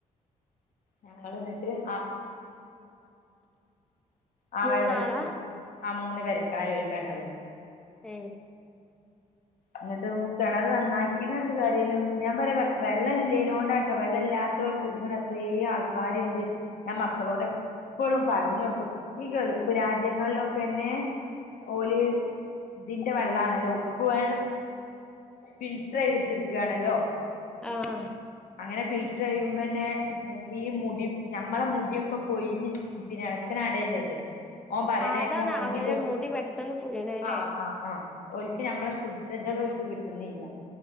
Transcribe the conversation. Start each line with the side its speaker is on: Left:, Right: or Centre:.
Left: ഞങ്ങൾ എന്നിട്ട് ആ ആ
Centre: മൂന്നാളാ
Left: വെള്ളത്തിൽ ആഹ് മൂന്ന് പെരക്കാര് ഒരു കിണറ്.
Centre: ഏഹ്
Left: എന്നിട്ട് കിണറ് നന്നാക്കീണ് പറഞ്ഞിട്ട് കാര്യല്ല ഞാൻ പറയാ വെള്ളം ഇല്ലേനോണ്ടാട്ടോ വെള്ള ഇല്ലാത്ത ഇതൊക്കെ കുടിക്കണ എത്രയോ ആൾക്കാരുണ്ട് ഞാൻ മക്കളോട് എപ്പോഴും പറഞ്ഞു കൊടുക്കും. ഈ ഗൾഫ് രാജ്യങ്ങളിലൊക്കെ തന്നെ ഓൽ ഇതിന്റെ വെള്ളാണല്ലോ ഉപ്പ് വെള്ള ഫിൽറ്റ്റയ്തിട്ട് ഇട്ക്കാണല്ലോ.
Centre: ആഹ്
Left: അങ്ങനെ ഫിൽട്ടർ ചെയ്യുമ്പോ തന്നെ എന്റെ ഈ മുടി ഞമ്മളെ മുടിയൊക്കെ കൊഴിഞ്ഞ് പിന്നെ എളച്ചൻ അവിടെളത്. ഓൻ പറയണേക്ക
Centre: ആഹ് അതാണ്
Left: മൂടി
Centre: അവരെ
Left: പോ
Centre: മുടി പെട്ടെന്ന് കൊഴിയണല്ലേ
Left: ആഹ് ആഹ് ആഹ് ഓൽക്ക് നമ്മള ശുദ്ധജലം ഓൽക്ക് കിട്ടുന്നില്ല